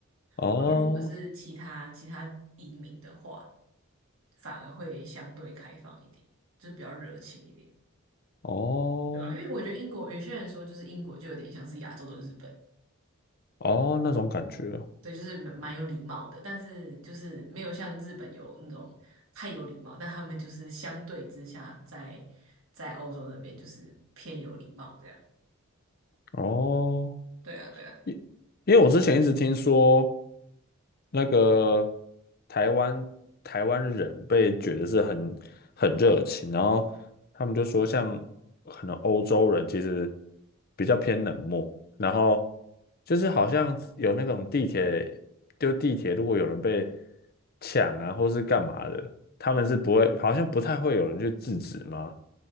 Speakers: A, on the left (about 45°); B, on the right (about 70°).
A: 哦
B: 然后如果是其他其他移民的话，反而会相对开放一点，就是比较热情一点，
A: 哦
B: 对吧？因为我觉得英国有些人说，就是英国就有点像是亚洲的日本，
A: 哦，那种感觉
B: 对，就是蛮蛮有礼貌的，但是就是没有像日本有那种太有礼貌，但他们就是相对之下在在欧洲那边就是偏有礼貌这样。
A: 哦。
B: 对啊，对啊，
A: 因因为我之前一直听说，那个台湾台湾人被觉得是很很热情，然后他们就说像可能欧洲人其实比较偏冷漠，然后就是好像有那种地铁，就地铁如果有人被抢啊或是干嘛的，他们是不会，好像不太会有人去制止吗？